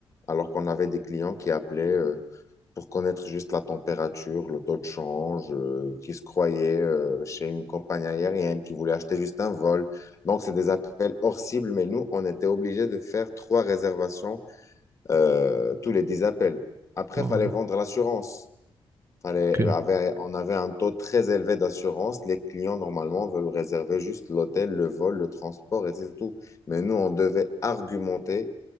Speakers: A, on the left; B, on the right.
A: alors qu'on avait des clients qui appelaient euh, pour connaître juste la température, le taux de change, euh, qui se croyait euh, chez une compagnie aérienne, qui voulait acheter juste un vol. Donc, c'est des appels hors cible, mais nous, on était obligés de faire trois réservations euh, tous les 10 appels. Après,
B: Ah
A: il fallait
B: ouais,
A: vendre l'assurance. Fallait,
B: ok.
A: avait- on avait un taux très élevé d'assurance. Les clients, normalement, veulent réserver juste l'hôtel, le vol, le transport et c'est tout. Mais nous, on devait argumenter